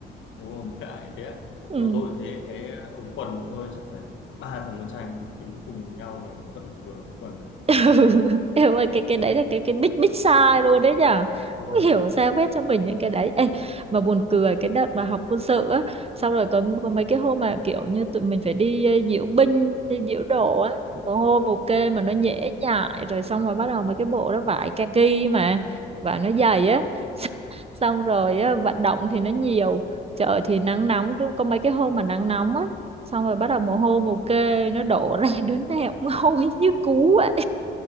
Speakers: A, on the left (about 75°); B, on the right (about 30°).
A: đúng không <laughs> ai thế
B: ừ
A: bọn tôi cũng thế cái ống quần bọn tôi chắc phải ba thằng con trai đứng cùng nhau là vẫn vừa cái quần đấy
B: <laughs> Em ơi cái cái đấy là cái cái big big sai luôn đấy nhở
A: đúng không?
B: không hiểu sao phép cho mình những cái đấy Ê, mà buồn cười cái đợt mà học quân sự á xong rồi có có mấy cái hôm mà kiểu như tụi mình phải đi ờ, diễu binh đi diễu độ á mồ hôi mồ kê mà nó nhễ nhại rồi xong rồi bắt đầu mấy cái bộ đó vải kaki mà và nó dày á <laughs> xong rồi á, vận động thì nó nhiều trời thì nắng nóng có mấy cái hôm mà nắng nóng á xong rồi bắt đầu mồ hôi mồ kê nó đổ ra <laughs> đứa nào cũng hôi như cú ấy